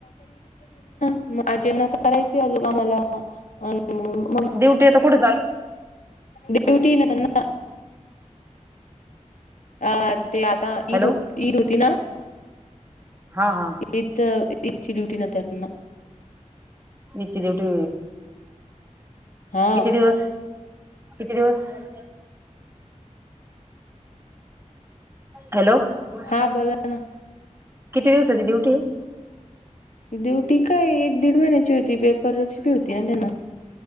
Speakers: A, on the left; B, on the right.
A: माझे मगं करायची आजोबा अजूंन आम्हांला.
B: ड्युंटी आहे तरं कुठे चाले.
A: ड्युटी ना त्यांना अं ते आंता
B: हॅलो
A: ईद, हूं नं ईद होती नां
B: हा हा
A: ईद ईदची ड्युंटी नां त्यांना.
B: ईद ची ड्युंटी
A: हा
B: किती दिवस, किती दिवसं? हॅलो किती
A: हा बोला ना
B: दिवसांची ड्युंटी आहे हे?
A: ड्युंटी कायं एक दीड महिन्यांची होती पेपरची पी होती नां त्यांना.